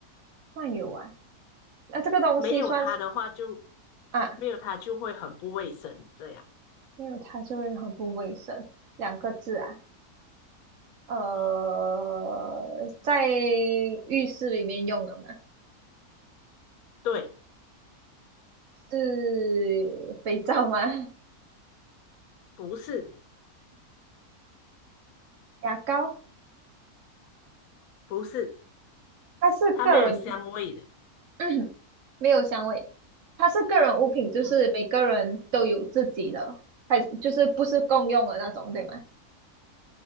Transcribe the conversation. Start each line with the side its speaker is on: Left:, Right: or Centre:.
Right: 算有啊，那这个东西算是
Left: 没有它的话就，
Right: 啊。
Left: 没有它就会很不卫生。这样，
Right: 没有它就会很不卫生。两个字啊，呃，
Left: 嗯，
Right: 在浴室里面用的嘛，
Left: 对，
Right: 是肥皂吗？
Left: 不是，
Right: 牙膏，
Left: 不是，
Right: 它是个人，
Left: 它没有香味的。
Right: <clears throat> 没有香味，它是个人物品，就是每个人都有自己的，
Left: 嗯，
Right: 还就是不是共用的那种，对吗？